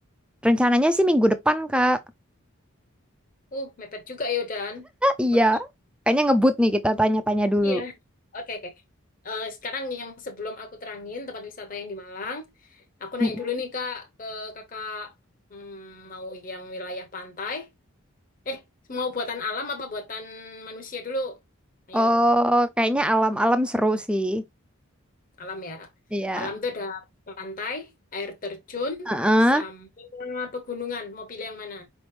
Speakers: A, in the centre; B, on the left.
A: Rencananya sih minggu depan, Kak.
B: Uh, mepet juga ya udahan.
A: Iya,
B: Oke,
A: kayaknya ngebut nih kita tanya-tanya
B: <laughs>
A: dulu.
B: iya. Oke, oke. Eh, sekarang yang sebelum aku terangin tempat wisata yang di Malang, aku nanya
A: Mm-mm.
B: dulu nih Kak, ke Kakak hmm, mau yang wilayah pantai? Eh, mau buatan alam apa buatan manusia dulu? Ayo.
A: Oh, kayaknya alam-alam seru sih.
B: Alam ya.
A: Iya.
B: Alam itu ada pantai, air terjun,
A: Heeh.
B: sama pegunungan. Mau pilih yang mana?